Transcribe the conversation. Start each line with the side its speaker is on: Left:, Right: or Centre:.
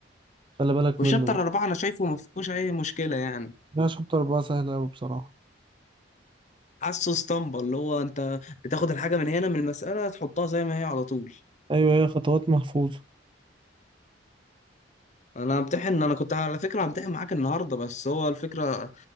Right: خلي بالك
Left: وشابتر
Right: منه بقى
Left: أربعة أنا شايفه ما فيهوش أي مشكلة يعني
Right: لا شابتر أربعة سهل أوي بصراحة
Left: حاسه اسطمبة اللي هو أنت بتاخد الحاجة من هنا من المسألة تحطها زي ما هي على طول
Right: ايوه هي خطوات محفوظه
Left: أنا همتحن أنا كنت على فكرة همتحن معاك النهاردة بس هو الفكرة